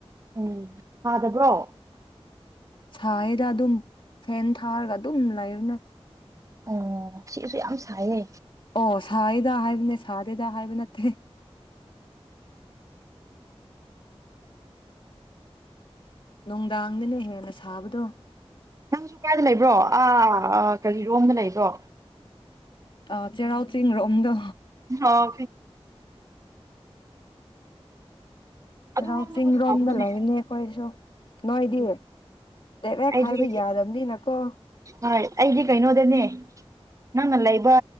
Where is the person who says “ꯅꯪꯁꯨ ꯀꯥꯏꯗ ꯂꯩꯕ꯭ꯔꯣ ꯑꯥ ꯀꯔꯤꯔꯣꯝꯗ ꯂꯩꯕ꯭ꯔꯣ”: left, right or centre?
Right